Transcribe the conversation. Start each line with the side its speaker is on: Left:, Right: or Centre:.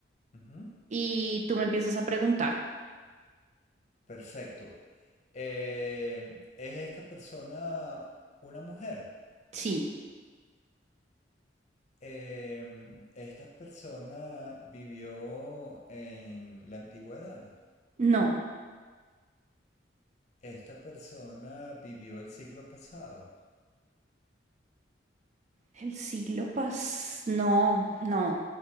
Left: ujú,
Right: y tú me empiezas a preguntar.
Left: Perfecto. Eh, ¿es esta persona una mujer?
Right: Sí,
Left: Em, esta persona vivió en la antigüedad.
Right: no.
Left: Esta persona vivió el siglo pasado.
Right: El siglo pas... No, no.